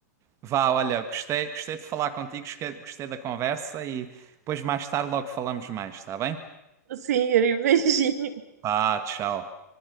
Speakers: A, on the right; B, on the right.
A: Vá, olha, gostei, gostei de falar contigo, gostei gostei da conversa e depois mais tarde logo falamos mais, está bem?
B: Sim, era beijinho.
A: Vá, tchau.